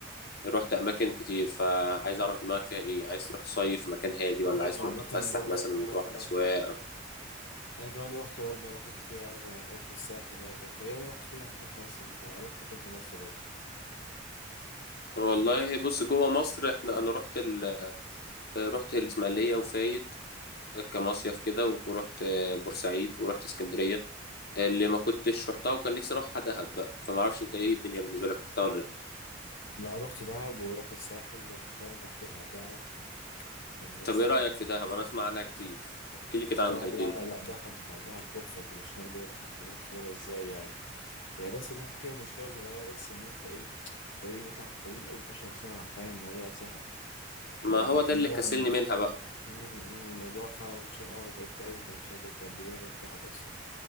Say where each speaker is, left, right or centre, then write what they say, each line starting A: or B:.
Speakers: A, on the left; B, on the left.
A: رحت اماكن كتير فعايز اعرف دماغك فيها ايه عايز تروح تصيف في مكان هادي
B: أنا
A: ولا
B: برضه
A: عايز تروح
B: عامة
A: تتفسح
B: برضه
A: مثلا وتروح
B: أنا كمان
A: اسواق
B: أنا كمان روحت برضه أماكن كتير أوي أنا روحت الساحل يعني تقريبا روحت كل حتة في مصر أنت روحت فين في مصر برضه؟
A: والله بص جوه مصر احنا انا رحت ال... رحت الاسماعيليه وفايد كمصيف كده ورحت بورسعيد ورحت اسكندرية اللي ما كنتش رحتها وكان نفسي اروحها دهب بقى فما اعرفش انت ايه الدنيا بالنسبة لك رحتها ولا لا
B: أنا روحت دهب وروحت الساحل روحت شرم روحت الغردقة وبس
A: طب ايه رأيك في دهب انا اسمع عنها كتير احكي لي كده عنها
B: آه
A: إيه الدنيا
B: لا لا لا دهب دهب تحفة أنت مش فاهم دي دهب هناك حلوة إزاي يعني هي بس دهب فيها مشكلة صغيرة بس إن أنت إيه الطريق بتاعها طويل أوي 12 ساعة فاهم الموضوع سهل
A: ما
B: يعني
A: هو
B: مستنيها
A: ده اللي كسلني منها بقى
B: أمم، أمم، الموضوع فعلا رخم أوي أنا تعبت أوي أنت مش فاهم تعبت قد إيه وأنا في دهب أصلا